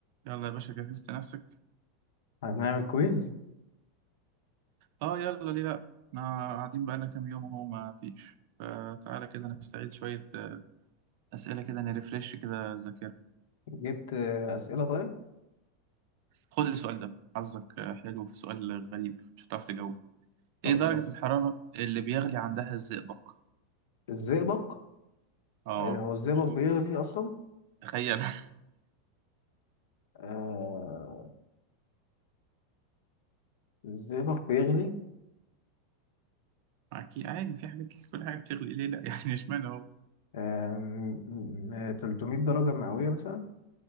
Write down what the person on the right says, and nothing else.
يلا يا باشا جهزت نفسك
اه يلا ليه لا احنا قاعدين بقالنا كام يوم اهو ما فيش فتعالى كده نستعيد شوية آه، أسئلة كده نرفرش كده الذاكرة
خد السؤال ده حظك آه، حلو في سؤال غريب مش هتعرف تجاوبه
ايه درجة
الحرارة اللي بيغلي عندها الزئبق
اه
شوف
تخيل <laughs>
أكيد عادي في حاجات كتير كل حاجة بتغلي ليه لأ <laughs> يعني اشمعنى هو